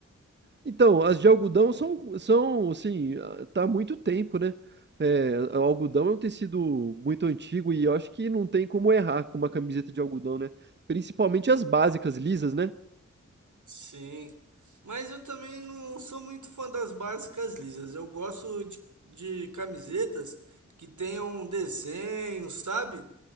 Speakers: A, on the right; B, on the right.
A: Então, as de algodão são são, assim, ah, tá há muito tempo, né. Eh, o algodão é um tecido muito antigo e eu acho que não tem como errar com uma camiseta de algodão, né. Principalmente as básicas lisas, né.
B: Sim, mas eu também não sou muito fã das básicas lisas. Eu gosto de, de camisetas que tenham desenho, sabe?